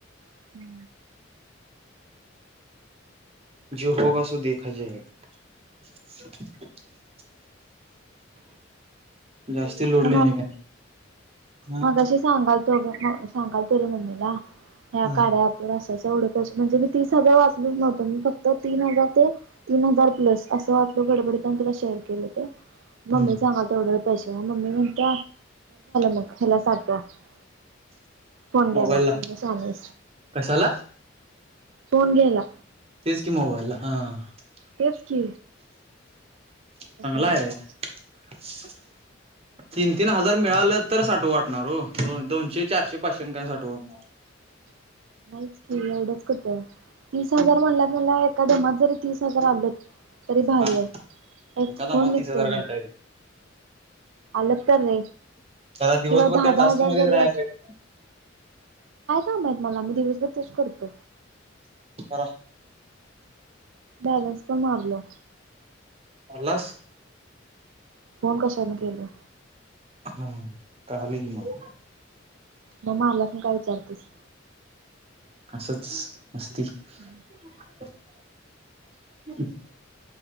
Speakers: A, on the right; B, on the right.
A: ती
B: जो होगा तो देखा जायेगा, <unintelligible> जास्ती
A: <unintelligible>
B: लोड लेणे का नाही
A: मगाशी सांगालतो ग, सांगलतो रे मम्मी ला या
B: हा
A: कार्य अँप वर असं, तेवढं पैसे म्हणजे मी तीस हजार वाचलोच नव्हतो फक्त तीन हजार ते तीन हजार पल्स, न गडबडता, आणि तुला शेअर केलं ते?
B: हा
A: मम्मी ला सांगलतो एवढे एवढे पैसे म मम्मी म्हणते मग ह्याला टाकूया, <unintelligible> म्हणलं
B: मोबाईलला
A: शनी,
B: कशाला
A: फोन घ्यायला.
B: तेच की मोबाईलला? हा... आ
A: तेच की.
B: चांगला
A: <unintelligible>
B: आहे <unintelligible> तीन- तीन हजार मिळालं, तर साठवू वाटणार हो. दोनशे, चारशे पाचशे काय साठवू वाटणार.
A: <inaudible> एवढेच कुठे तीस हजार म्हणलं म्हणल्यावर एका दमात जरी तीस हजार आलंत तरी भारी
B: हा
A: आहे. एक
B: एका दमात
A: फोन निघतोय
B: तीस हजार
A: म.
B: घंटा येईल
A: आलं का रे
B: त्याला दिवसभर
A: किंवा दहा
B: त्या टास्क
A: हजार
B: मध्येच
A: जरी
B: राहाय
A: काय
B: पाहिजे तुला.
A: काम आहेत, मला? मी दिवसभर तेच करतो.
B: करा.
A: बॅलेन्स पण मारलं.
B: मारलास?
A: फोन कशाने केले.
B: हम्म, कळालं की मग.
A: म मारलास म्हणून काय विचारतेस?
B: असंच मस्ती.
A: <inaudible>
B: <inaudible>